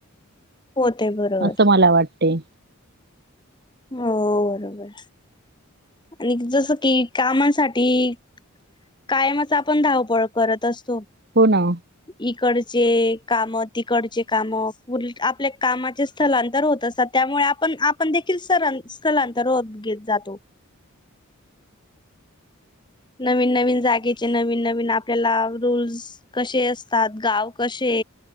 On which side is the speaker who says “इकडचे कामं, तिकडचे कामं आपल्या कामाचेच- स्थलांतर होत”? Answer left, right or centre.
Left